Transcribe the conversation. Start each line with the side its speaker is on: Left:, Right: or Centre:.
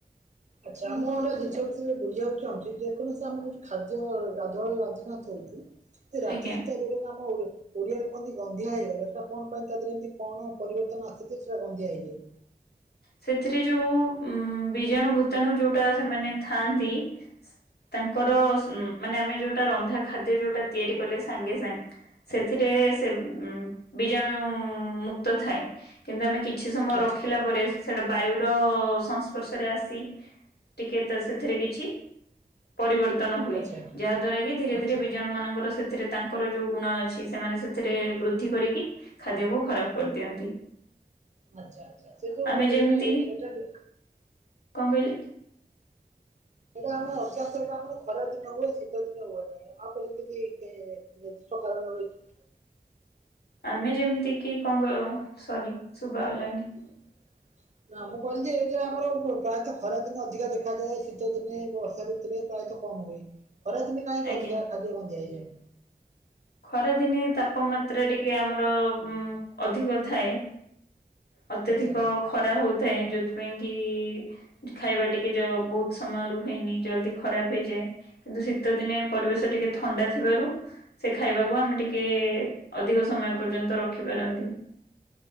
Right: ଆଚ୍ଛା ଆମ ଏଆ ଜିନିଷ ବିଷୟରେ ବୁଝିବାକୁ ଚାହୁଚି ଯେକୌଣସି ଆମ ଯୋ ଖାଦ୍ୟ ଗାଧୁଆ <unintelligible> ଏ ରାତି
Left: ଆଜ୍ଞା
Right: ସୁଦ୍ଧା ଯେଉଡେ ଆମ ଅ ଓଡିଆରେ କୁହନ୍ତି ଗନ୍ଧିଆ ହେଇଗଲା ସେଇଟା କଣ ପାଇଁ ତା ଦେହରେ ଏମିତି କଣ ପରିବର୍ତ୍ତନ ଆସିଯେ ସେଇଟା ଗନ୍ଧିଆ ହେଇଯାଏ?
Left: ସେଥିରେ ଯୋଉ ବୀଜାଣୁ ଭୂତାଣୁ ଜୋଉଟା ସେମାନେ ଥାଆନ୍ତି ତାଙ୍କର ଉଁ ମାନେ ଆମେ ଯୋଉଟା ରନ୍ଧା ଖାଦ୍ୟ ଯୋଉଟା ତିଆରି କଲେ ସାଙ୍ଗେ ସାଙ୍ଗ ସେଥିରେ ସେ ବିଜାଣୁ ମୁକ୍ତ ଥାଏ। କିନ୍ତୁ ଆମେ କିଛି ସମୟ
Right: ଆଚ୍ଛା
Left: ରଖିଲା ପରେ ସେଟା ବାୟ ର ସଂସ୍ପର୍ଶରେ ଆସି ଟିକେ ସେଥିରେ କିଛି ପରିବର୍ତ୍ତନ ହୁଏ
Right: ଆଚ୍ଛା
Left: ଯାହା ଦ୍ଵାରା କି ଧୀରେ
Right: ଆଚ୍ଛା
Left: ଧୀରେ ବିଜାଣୁ ମାନଙ୍କର ସେଥିରେ ତାଙ୍କର ଯୋଉ ଗୁଣ ଅଛି ସେମାନେ ସେଥିରେ ବୃଦ୍ଧି କରିକି ଖାଦ୍ୟକୁ ଖରାପ କରିଦିଅନ୍ତି।
Right: ଆଚ୍ଛା ଆଛା ସେଯୋଉ
Left: ଆମେ ଯେମିତି
Right: ଏଟା ଏଟି ହେଠୀ
Left: କଣ କହିଲେ?
Right: ସେଇଟା ଆମେ ଅଯ୍ୟାସ ସେଇଟା ଆମ ଖରା ଦିନ ହୁଏ ଶୀତ ଦିନେ ହୁଏ ନାହିଁ। ଆଉପରେ ଯେମିତିକି କେ ଯୁକ୍ତ କାରଣ ରହିଚି।
Left: ଆମେ ଯେମତି କି କଣ କହିବ ସରି ଶୁଭ ଗଲାନିହିଁ
Right: ହ ନା ମୁଁ କହିଲି ଯେ ଏଇଟା ଆମର ପ୍ରାୟତଃ ଖରାଦିନେ ଅଧିକା ଦେଖାଯାଏ ଶୀତ ଦିନେ ବର୍ଷା ଋତୁରେ ପ୍ରାୟତଃ କମ ହୁଏ ଖରାଦିନେ କାହିଁକି
Left: ଆଜ୍ଞା।
Right: ଅଧିକା ଖାଦ୍ୟ ବନ୍ଦିଆ ହେଇଯଏ?
Left: ଖରାଦିନେ ତାପମାତ୍ରା ଟିକେ ଆମର ଅଧିକ ଥାଏ। ଅତ୍ୟଧିକ
Right: ଆଚ୍ଛା।
Left: ଖରା ହୋଉଥାଏ ଯୋଉଥିପାଇଁ କି ଖାଇବା ଟିକେ ଯ ବହୁତ ସମୟ ରୁହେନି ଜଲଦି ଖରାପ ହେଇଯାଏ କିନ୍ତୁ ସେ ଗୀତ ଦିନେ ପରିବେଶ ଟିକେ ଥଣ୍ଡା ଥିବାରୁ ସେ ଖାଇବାକୁ ଆମେ ଟିକେ ଅଧିକ ସମୟ ପର୍ଯ୍ୟନ୍ତ ରଖି ପାରନ୍ତି।